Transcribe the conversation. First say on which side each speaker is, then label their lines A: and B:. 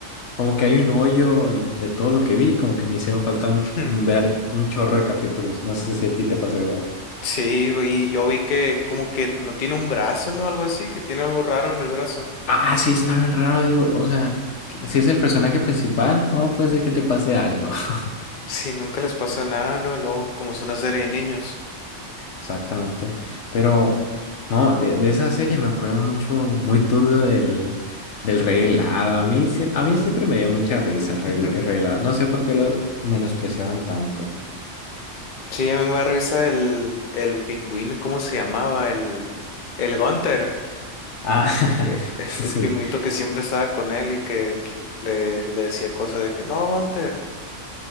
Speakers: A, on the left (about 70°); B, on the left (about 50°).
A: como que hay un hoyo entre todo lo que vi, como que me hicieron falta un-
B: <laughs>
A: un ver un chorro de capítulos. No sé si a ti te pasó igual.
B: Sí, vi- yo vi que como que no tiene un brazo, ¿no? Algo así, que tiene algo raro en el brazo.
A: Ah, sí, está bien raro, digo, o sea, que- si es el personaje principal, ¿cómo puede ser que te pase algo? <laughs>
B: <laughs> Sí, nunca les pasa nada, ¿no? Y Luego, como es una serie de niños.
A: Exactamente. Pero, no, de, de esa serie me acuerdo mucho, muy turbio del, del Rey Helado. A mí, sí- a mí siempre me dio mucha risa el Rey,
B: <laughs>
A: el Rey Helado. No sé por qué lo menospreciaban tanto.
B: Sí, a mí me revisa el, el pingüino, ¿cómo se llamaba? El, el Gunther.
A: Ah,
B: Eh,
A: <laughs>
B: <laughs> El
A: sí.
B: pingüinito que siempre estaba con él y que le, le decía cosas de que, no, Gunther.